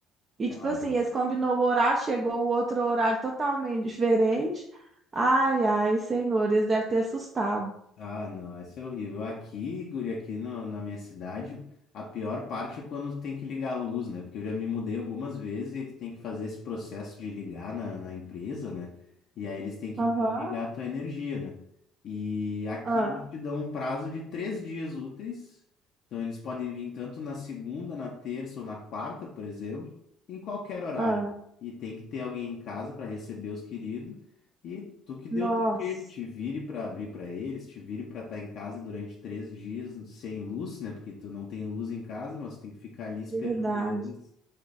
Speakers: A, on the right (about 35°); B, on the left (about 60°).
A: E
B: Ah,
A: tipo assim, eles combinou o horário, chegou o outro horário totalmente diferente. Ai, ai, senhor, eles devem ter assustado.
B: Ah, não, isso é horrível. Aqui, guri, aqui no- na minha cidade, a pior parte é quando tu tem que ligar a luz, né? Porque eu já me mudei algumas vezes e tu tem que fazer esse processo de ligar na, na empresa, né? E aí eles têm que
A: Aham,
B: vir ligar a tua energia, né? E aqui
A: ah,
B: eles te dão um prazo de três dias úteis. Então eles podem vir tanto na segunda, na terça ou na quarta, por exemplo, em qualquer horário.
A: ah,
B: E tem que ter alguém em casa para receber os queridos e tu que deu
A: nossa,
B: o teu jeito, te vire para abrir para eles, te vire para estar em casa durante três dias sem luz, né? Porque tu não tem luz em casa, mas tu tem que ficar ali esperando
A: verdade.
B: eles.